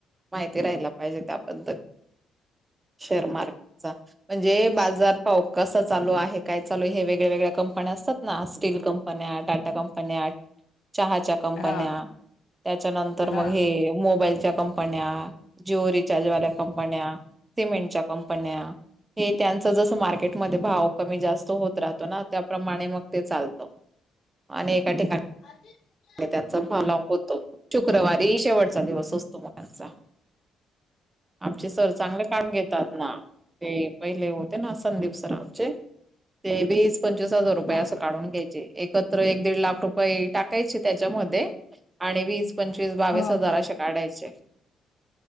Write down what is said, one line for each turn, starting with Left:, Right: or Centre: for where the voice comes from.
Right: माहिती राहाला पाहिजे त्याबद्दल शेअर मार्केटचा म्हणजे बाजार
Left: श-
Right: हो कसं चालू आहे काय चालू हे वेगळ्या वेगळ्या कंपन्या असतात ना स्टील कंपन्या टाटा कंपन्या चहाच्या कंपन्या
Left: हा
Right: त्याच्यानंतर
Left: हा
Right: मग हे मोबाईलच्या कंप पन्या जिओ रिचार्ज वाल्या कंपन्या सिमेंटच्या कंपन्या हे त्यांचं जस मार्केटमध्ये भाव कमी जास्त होत राहतो ना त्याप्रमाणे मग ते चालतं. आणि एका ठिकाणी
Left: <inaudible>
Right: त्याचा फॉल होतो शुक्रवा शेवटचा दिवस असतोचा त्यांचा आमचे सर चांगले का घेतात ना ते पहिले होते ना संदीप सर आमचे ते वीस पंचवीस हजार रुपये
Left: हा
Right: अस काढून घ्यायचे एकत्र एक दिड लाख रुपये टा कायचे त्याच्यामध्ये आणि वीस पंचवीस बावीस
Left: हो
Right: हजाराशे
Left: हा
Right: काढायचे.